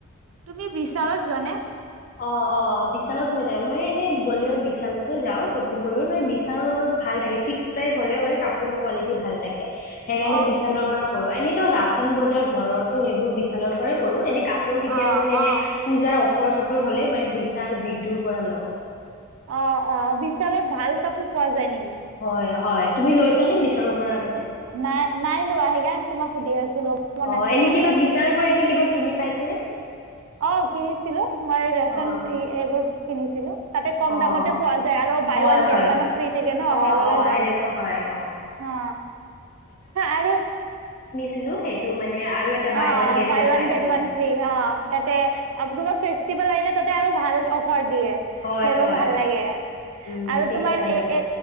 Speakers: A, on the right (about 80°); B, on the left (about 40°).
A: তুমি বিচাৰত যোৱাানে
B: অ অ বিশালত মই যাই মই এনেই গ'লে আৰু বিশালতে যাওঁ কৰিব মানে বিচাৰো অলপ ভাল লাগিছে। ফিক্স প্ৰাইচ হলেও মান কাপোৰ কোৱালি ভাল থাকে সেইকাৰণে
A: অ
B: বিশালৰ পৰা কৰ এনেইতো ৰাচন বজাৰ ঘৰৰতটো সেইবোৰ বিালৰ কৰে কৰো এনে কাপোৰ কেতিয়াবা
A: অ
B: মানে এনে
A: অ
B: পূজাৰ চৰ হলে মই বিচাৰ ভটোৰ পৰা লওঁ
A: অ অ বিশালত ভাল কাপোৰ পোৱা যায় নেকি
B: হয় হয় তুমি লৈছানে বিচালৰ পৰা আগতে
A: নাই নাই লোৱা সেইকাৰণে তোমাক সুধি আছো ল'ব মন
B: অ
A: আছিল
B: এনে
A: মানে
B: কিবা বিচালৰ পৰা এনে কিবা কিনি পাইছ নে
A: অ কিনিছিলো মই ৰেচন
B: অঁ
A: এইবোৰ কিনিছিলো। তাতে কম
B: অঁ
A: দামতে
B: অঁ
A: পোৱা যায় আৰু বাই
B: হয়
A: ওৱান
B: হয়
A: গেট ওৱানো ফ্ৰী থাকে ন
B: অঁ
A: সেইবাবে
B: অঁ
A: যাওঁ
B: সেনেকুৱা
A: অ
B: হয় অঁ
A: আৰু
B: ছিলো সেইটো মানে আৰু এটা buy
A: অ
B: one get
A: buy
B: one
A: ৱ
B: পাইছো।
A: গে ৱ থ্ৰী অ ততে আপোনোক ফে পেল আহিলে তাতে আৰু ভাল ঘ দিয়ে
B: হয়
A: সেইবাৰ
B: হয়
A: ভাল লাগে
B: উম
A: আৰু
B: তেতিয়া
A: তোমাৰ
B: ভাল লাগে
A: এ